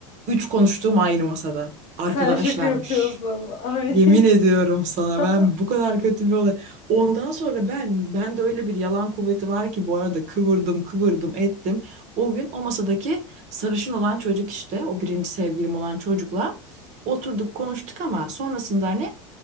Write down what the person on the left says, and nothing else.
Sen şaka yapıyorsun. Ay.
<laughs>